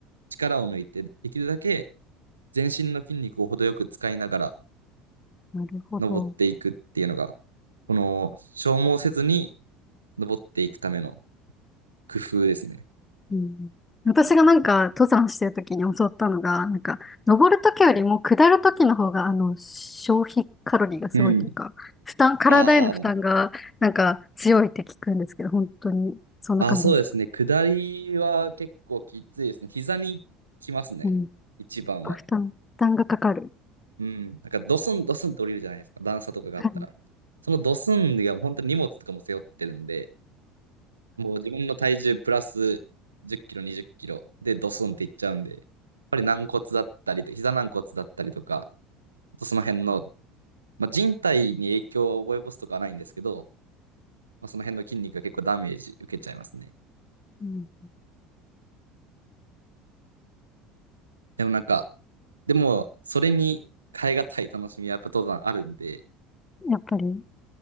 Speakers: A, on the right; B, on the left.
A: 力を抜いて、できるだけ全身の筋肉を程よく使いながら
B: なるほど。
A: 登っていくっていうのが、この消耗せずに登っていくための工夫ですね。
B: うん。私がなんか登山してる時に教わったのが、なんか登る時よりも下る時の方があの消費カロリーがすごいというか、
A: うん。
B: 負担、体への負担がなんか強いって聞くんですけど、
A: あー
B: 本当にそんな感じですか
A: あ、そうですね。下りは結構きついですね。膝にきますね。
B: うん。
A: 一番は。
B: あ負担、負担がかかる。
A: うん。なんかドスンドスンと降りるじゃないですか。段差とかがあったら。
B: はい
A: そのドスンが本当に荷物とかも背負ってるんで、もう自分の体重プラス10キロ、20キロでドスンっていっちゃうんで、やっぱり軟骨だったりと、膝軟骨だったりとか、とその辺の、まあ、人体に影響を及ぼすとかはないんですけど、まあ、その辺の筋肉が結構ダメージ受けちゃいますね。
B: うん。
A: でもなんか、でも、それに変えがたい楽しみはやっぱ登山あるんで、
B: やっぱり。